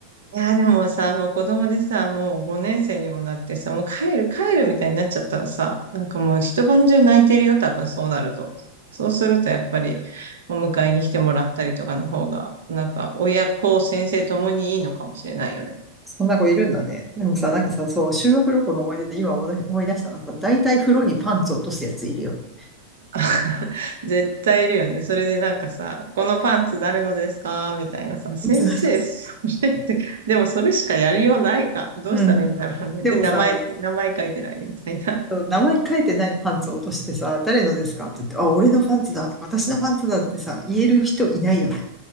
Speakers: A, on the right (about 60°); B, in the centre.
A: いや、でもさ、もう子供でさ、もう5年生にもなってさ、もう帰る、帰るみたいになっちゃったらさ、なんかもう一晩中泣いてるよ、多分そうなると。そうするとやっぱり、お迎えに来てもらったりとかの方が、なんか親子、先生ともにいいのかもしれないよね。
B: そんな子いるんだね。でもさ、なんかさ、そう、修学旅行の思い出で今思い出思い出したのはさ、大体風呂にパンツ落とすやついるよね。
A: <laughs> 絶対いるよね。それでなんかさ、このパンツ誰のですかみたいなさ、先生、
B: <laughs>
A: それって、でもそれしかやりようないか。どうしたらいいんだろうね。
B: うん。でもさ、
A: で、名前、名前書いてないみたいな。
B: 名前書いてないパンツを落としてさ、誰のですかって言って、あ、俺のパンツだ、私のパンツだってさ、言える人いないよね。